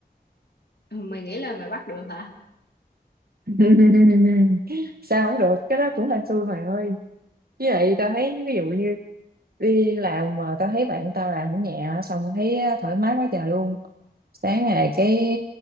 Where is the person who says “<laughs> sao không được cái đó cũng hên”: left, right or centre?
Right